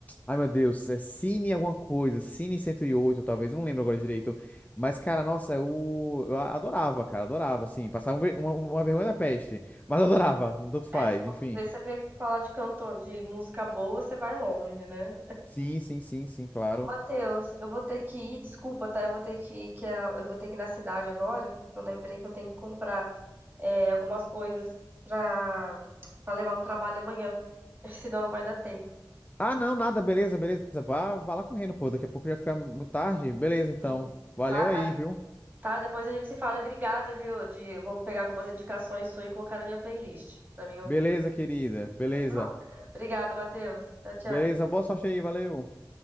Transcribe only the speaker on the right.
É, se for
ver, você vê que falar de cantor, de música boa, você vai longe, né?
Ô, Matheus, eu vou ter que ir, desculpa, tá? Eu vou ter que ir, que a- eu vou ter que ir na cidade agora, que eu lembrei que eu tenho que comprar é, algumas coisas pra, pra levar no trabalho amanhã, <laughs> senão não vai dar tempo.
Uhum.
Tá?
Aí-
tá, depois a gente se fala e obrigada, viu? De, eu vou pegar algumas indicações suas e colocar na minha playlist pra mim ouvir,
tá bom? <laughs> Obrigada, Matheus. Tchau, tchau.